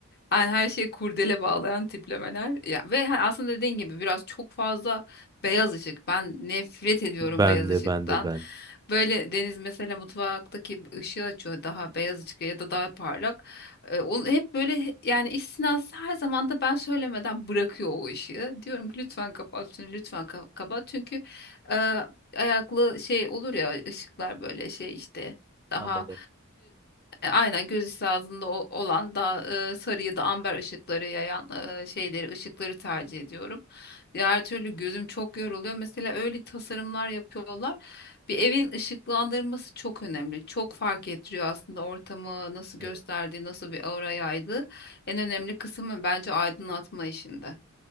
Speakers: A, on the left (about 45°); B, on the right (about 15°).
A: yani her şeyi kurdele bağlayan tiplemeler. Ya ve ha- aslında dediğin gibi biraz çok fazla beyaz ışık. Ben nefret ediyorum
B: Ben
A: beyaz ışıktan.
B: de ben de ben.
A: Böyle Deniz mesela mutfaktaki ışığı açıyor daha beyaz ışık ya da daha parlak. Ee, onu hep böyle yani istisnası her zaman da ben söylemeden bırakıyor o ışığı. Diyorum ki lütfen kapat şunu, lütfen ka- kapat. Çünkü e, ayaklı şey olur ya ışıklar böyle şey işte daha
B: Ama derim.
A: e, Aynen göz üstü ağzında o- olan daha e, sarı ya da amber ışıkları yayan e, şeyleri, ışıkları tercih ediyorum. Diğer türlü gözüm çok yoruluyor. Mesela öyle tasarımlar yapıyorlar. Bir evin ışıklandırması çok önemli. Çok fark ettiriyor aslında ortamı nasıl
B: Evet.
A: gösterdiği, nasıl bir aura yaydığı. En önemli kısmı bence aydınlatma işinde.